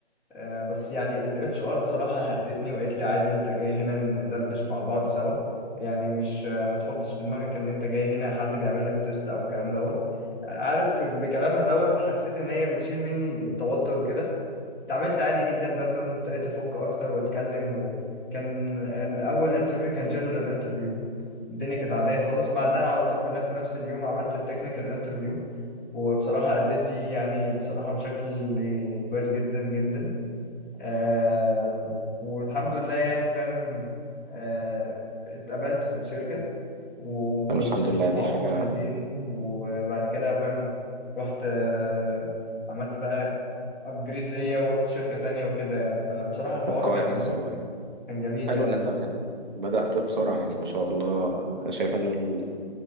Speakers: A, in the centre; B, on the right.
A: آه بس يعني ال HR بصراحة هدتني وقالت لي عادي انت جاي هنا ندردش مع بعض سوا يعني مش آه ما تحطش في دماغك ان انت جاي هنا حد بيعمل لك تيست او الكلام دوت عارف بكلامها دوت حسيت ان هي بتشيل مني ال- التوتر وكده اتعاملت عادي جدا بقى فاهم وابتديت افك اكتر واتكلم وكان الاول انترفيو كان جنرال انترفيو الدنيا كانت عاديه خالص وبعدها على طول بنا- في نفس اليوم عملت التكنيكال انترفيو وبصراحه اديت فيه يعني بصراحه بشكل كويس جدا جدا آه والحمد لله يعني فاهم آه اتقبلت في الشركه واشتغلت
B: طب الحمد لله
A: معاهم
B: دي حاجة
A: سنتين وبعد كده فاهم رحت آه، عملت بقى ابجريد ليا ورحت شركة تانية وكده يعني فبصراحة الحوار
B: طب كويس
A: كان
B: والله
A: كان جميل
B: حلو
A: يعني
B: ان انت يعني بدأت بسرعة يعني ما شاء الله شايف انه ال-